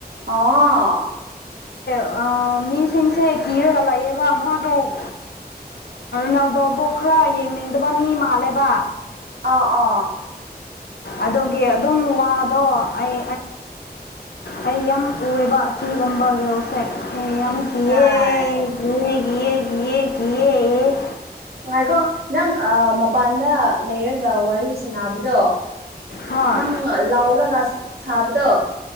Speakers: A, on the right; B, on the left.
A: ꯑꯣ
B: ꯑ ꯃꯤꯁꯤꯡꯁꯦ ꯀꯤꯔꯒ ꯂꯥꯛꯌꯦꯕ ꯑꯃꯛ ꯑꯗꯨꯣ ꯅꯥꯎꯗꯕꯨ ꯈꯔ ꯌꯦꯡꯅꯤꯡꯗꯕ ꯃꯤ ꯃꯥꯜꯂꯦꯕ
A: ꯑꫭ ꯑꫭ
B: ꯑꯗꯨꯒꯤ ꯑꯗꯨꯝ ꯋꯥꯗꯣ ꯑꯩ ꯑꯩ ꯌꯥꯝ ꯎꯑꯦꯕ ꯁꯤꯒꯨꯝꯕ ꯔꯣꯁꯦ ꯌꯥꯝ ꯀꯤꯌꯦꯦ
A: ꯔꯥꯏꯠ
B: ꯀ ꯌꯦꯌꯦ ꯌꯦ ꯌꯦ
A: ꯉꯅꯨꯡꯉꯥꯏꯈꯣ ꯅꯪ ꯃꯄꯥꯟꯗ ꯂꯩꯔꯒ ꯋꯥꯔꯤ ꯁꯥꯟꯅꯕꯗꯣ
B: ꯍꯣꯏ
A: ꯅꯪ ꯂꯥꯎꯔꯒ ꯁꯥꯕꯗꯣ